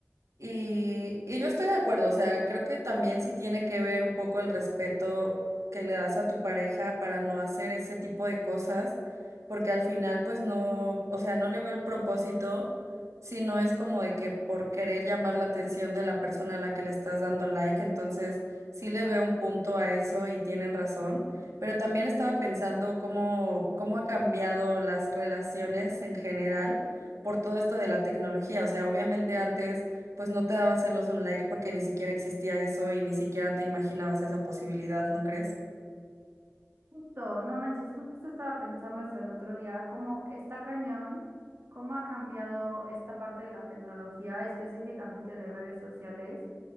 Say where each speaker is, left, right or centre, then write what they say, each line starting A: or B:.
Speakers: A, on the right; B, on the right.
A: y, y yo estoy de acuerdo, o sea, creo que también sí tiene que ver un poco el respeto que le das a tu pareja para no hacer ese tipo de cosas, porque al final pues no, o sea, no le veo el propósito, sino es como de que por querer llamar la atención de la persona a la que le estás dando like, entonces sí le veo un punto a eso y tienen razón, pero también estaba pensando cómo, cómo ha cambiado las relaciones en general por todo esto de la tecnología, o sea, obviamente antes pues no te daban celos un like porque ni siquiera existía eso y ni siquiera te imaginabas esa posibilidad, ¿no crees?
B: Justo, no manches, justo estaba pensando eso el otro día, cómo está cañón, cómo ha cambiado esta parte de la tecnología, específicamente de redes sociales,